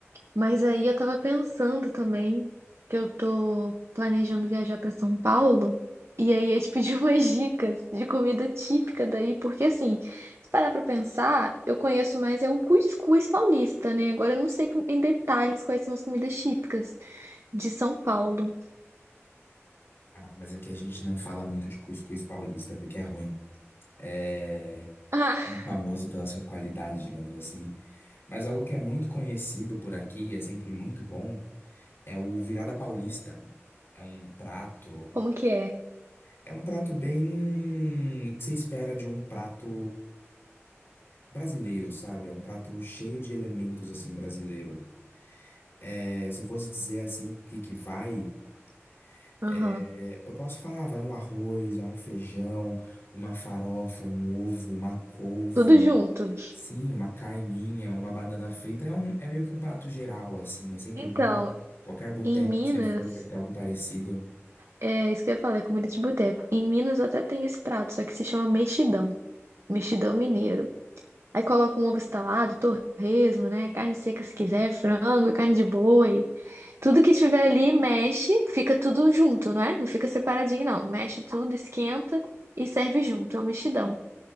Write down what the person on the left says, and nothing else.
Ah, mas aqui a gente não fala muito de cuscuz paulista, porque é ruim. É,
famoso pela sua qualidade, digamos assim. Mas algo que é muito conhecido por aqui e é sempre muito bom é o virada paulista. É um prato,
é um prato bem que se espera de um prato brasileiro, sabe? É um prato cheio de elementos assim brasileiro. É, se eu fosse dizer assim o que que vai, é,
eu posso falar, vai um arroz, vai um feijão, uma farofa, um ovo, uma couve.
Sim, uma carninha, uma banana frita é, um, é meio que um prato geral, assim. É sempre
bom. Qualquer boteco
que você for vai ter algo parecido.